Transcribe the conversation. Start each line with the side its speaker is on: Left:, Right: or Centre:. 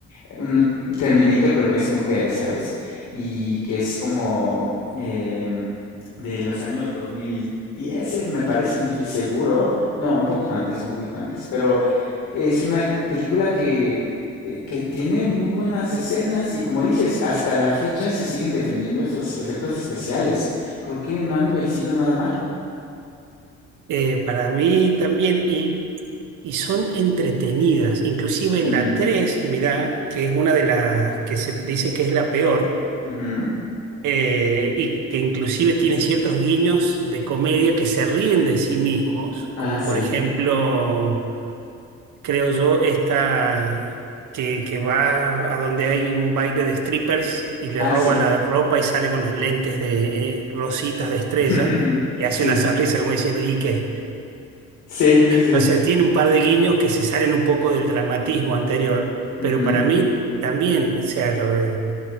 Left: un Terminator, pero que es mujer esta vez, y que es como em, de los años 2010, es- me parece, no estoy seguro, no, un poquito antes, un poquito antes, pero es una película que, eh, que tiene muy buenas escenas y como dices, hasta la fecha se siguen defendiendo esos efectos especiales, creo que no han envejecido nada mal.
Right: Eh, para mí también, y Y son entretenidas. Inclusive
Left: Ujú,
Right: en la tres mirá, que es una de las que se dice que es la peor,
Left: ujú.
Right: eh, y que inclusive tiene ciertos guiños de comedia que se ríen de sí mismos,
Left: Ah,
Right: como
Left: sí,
Right: por ejemplo, creo yo, esta que, que va a donde hay un baile de strippers y le
Left: ah,
Right: roba
Left: sí,
Right: la ropa y sale con los lentes de eh, rositas de estrella
Left: <laughs>
Right: y hace
Left: sí,
Right: una sonrisa como diciendo, ¿y qué?
Left: sí, sí, sí, sí.
Right: O sea, tiene un par de guiños que se salen un poco del dramatismo anterior,
Left: Ujú,
Right: pero para mí también, o sea, lo,